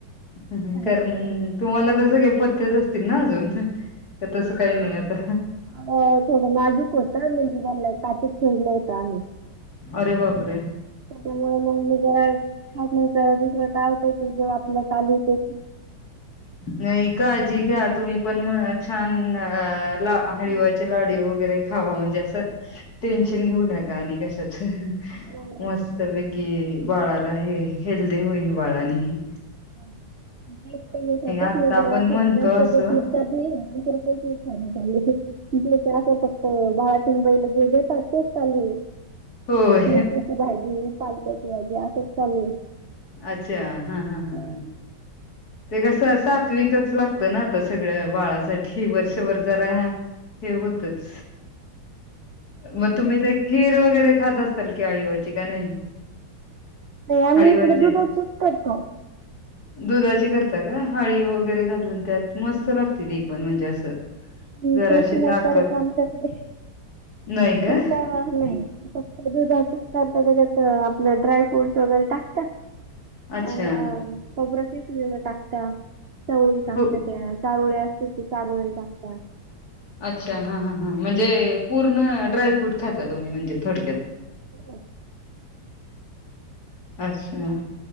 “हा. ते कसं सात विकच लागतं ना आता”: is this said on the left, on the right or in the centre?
Left